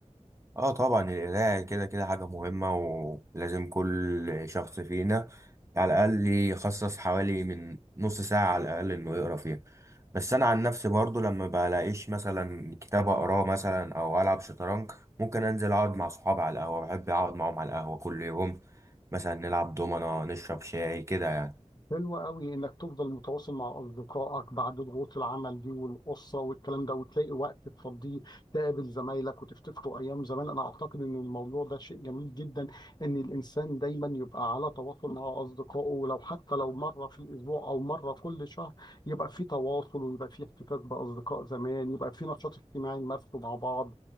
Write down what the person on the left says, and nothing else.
حلو قوي انك تفضل متواصل مع اصدقائك بعد ضغوط العمل دي والاسره والكلام ده وتلاقي وقت تفضيه تقابل زمايلك وتفتكروا ايام زمان انا اعتقد ان الموضوع ده شيء جميل جدا ان الانسان دايما يبقى على تواصل مع اصدقائه ولو حتى لو مره في الاسبوع او مره كل شهر يبقى في تواصل ويبقى في احتكاك باصدقاء زمان يبقى في نشاط اجتماعي نمارسه مع بعض